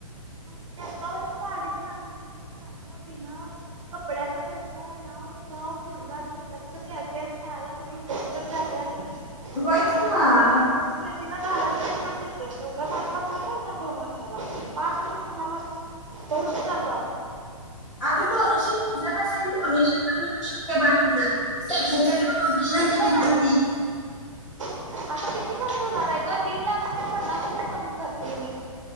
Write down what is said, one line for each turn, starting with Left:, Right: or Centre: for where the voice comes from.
Right: म्हणजे एका वर्ष पाडीच ना कारण तिथलं खाणं पिणं कपड्याचा सारख ह्या फिरणार तिथला तिथं त्याचे खायला सगळी जाते
Centre: होयच
Right: म्हला
Centre: कि
Right: खर्चा
Centre: मग
Right: भाग म्हणजे ति घालत नाही कर त एवढा पाच लाख कोण राणार दोन वर्षाला पाच म्हणजे सहा लाख परवतलवा
Centre: अग डोनेशन तु कस डोनेशन कऊ शकते बाकीचा्ट केनगली
Right: कसं काय
Centre: सती
Right: आता किती कमी होणार आहे ग दीड लाख अस पन्नास रुप कमी करतील